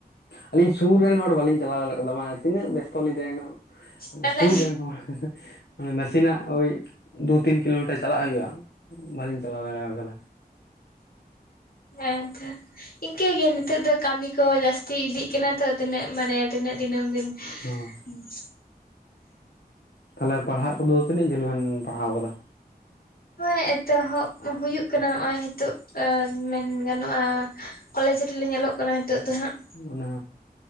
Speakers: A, on the left; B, on the left.
A: ᱟᱹᱞᱤᱧᱼᱼ ᱥᱩᱨ ᱨᱮᱱ ᱦᱚᱲ ᱵᱟᱞᱤᱧ ᱪᱟᱞᱟᱣ ᱫᱟᱲᱮ ᱠᱟᱣᱫᱟ ᱢᱟ ᱛᱤᱱᱟᱹᱜ ᱵᱮᱥᱛᱚ ᱞᱤᱧ ᱛᱟᱦᱮᱸ ᱠᱟᱱᱟ᱾
B: ᱛᱟᱦᱞᱮ
A: ᱥᱩᱨ ᱨᱮᱱ ᱦᱚᱲ ᱢᱟᱱᱮ ᱱᱟᱥᱮᱱᱟᱜ ᱳᱭᱼᱼ ᱫᱩ ᱛᱤᱱ ᱠᱤᱞᱳᱢᱤᱴᱟᱨ ᱪᱟᱞᱟᱜ ᱦᱩᱭᱩᱜᱼᱟ ᱵᱟᱹᱞᱤᱧ ᱪᱟᱞᱟᱣ ᱫᱟᱲᱮᱭᱟ ᱠᱟᱫᱟ
B: ᱦᱮᱸ ᱮᱱᱛᱮ ᱤᱝᱠᱟᱹ ᱜᱮ ᱱᱤᱛᱚᱜ ᱫᱚ ᱠᱟᱹᱢᱤ ᱠᱚ ᱡᱟᱹᱥᱛᱤ ᱤᱫᱤᱜ ᱠᱟᱱᱟ ᱛᱚ ᱛᱤᱱᱟᱹᱜ ᱢᱟᱱᱮ ᱛᱤᱱᱟᱹᱜ ᱫᱤᱱᱟᱹᱢ ᱫᱤᱱ
A: ᱦᱚᱸ
B: <inaudible>
A: ᱛᱷᱟᱞᱮ ᱯᱟᱲᱦᱟᱜ ᱠᱩᱫᱚ ᱛᱤᱱᱟᱹᱜ ᱡᱷᱟᱹᱞ ᱵᱮᱱ ᱯᱟᱲᱦᱟᱣ ᱠᱟᱫᱟ?
B: ᱦᱳᱭ ᱮᱛᱚᱦᱚᱵ ᱦᱩᱭᱩᱜ ᱠᱟᱱᱟ ᱱᱚᱜ-ᱚᱭ ᱦᱤᱛᱳᱜ ᱢᱮᱱ ᱜᱟᱱᱚᱜ-ᱟ ᱾ ᱠᱚᱞᱮᱡᱽ ᱨᱮ ᱞᱤᱧ ᱚᱞᱚᱜ ᱠᱟᱱᱟ ᱦᱤᱛᱚᱜ ᱫᱚ ᱦᱟᱸᱜ ᱾
A: ᱚᱱᱟ